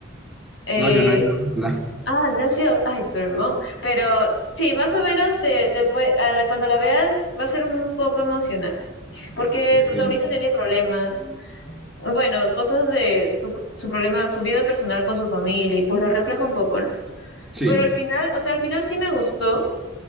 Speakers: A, on the left (about 65°); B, in the centre.
A: Eh,
B: No, yo no he ido a verla.
A: Ah, no ha sido, ay, perdón, pero sí, más o menos te, te pue- al- cuando la veas va a ser un poco emocional, porque
B: Ok,
A: el protagonista tiene problemas, bueno, cosas de su, su problema, su vida personal con su familia, y pues la refleja un poco, ¿no?
B: Sí,
A: Pero al final, o sea, al final sí me gustó,